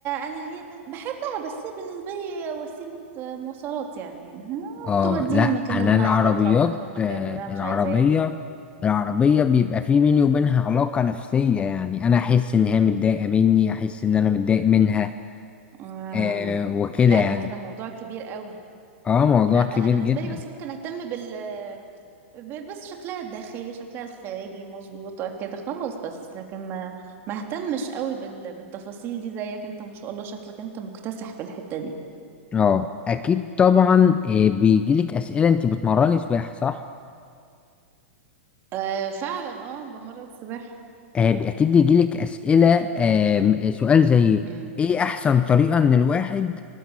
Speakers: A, on the right; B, on the left.
A: انا هي بن- بحبها بس هي بالنسبه لي وسيله آه، مواصلات يعني آه،
B: اه
A: توديني
B: لا
A: المكان
B: انا
A: اللي انا
B: العربيات
A: عايزاه تروحني من المكان
B: آه
A: اللي انا مش
B: العربيه
A: عايزاه
B: العربيه بيبقى في بيني وبينها علاقه نفسيه يعني انا احس ان هي متضايقه مني احس ان انا متضايق منها
A: آه.
B: آه وكده
A: لا
B: يعني
A: ده كده موضوع كبير قوي
B: اه موضوع
A: لا انا
B: كبير
A: بالنسبه
B: جدا
A: لي بس ممكن اهتم بال ب- بس شكلها الداخلي شكلها الخارجي مظبوطه كده خلاص بس لكن ما ما اهتمش قوي بال... بالتفاصيل دي زيك انت ما شاء الله شكلك انت مكتسح في الحته دي
B: اه اكيد طبعا آه بيجيلك اسئله انت بتمرني سباحه صح
A: آه فعلا اه بمرة السباحة
B: آه، اكيد بيجيلك اسئله آم، سؤال زي
A: امم
B: ايه احسن طريقه ان الواحد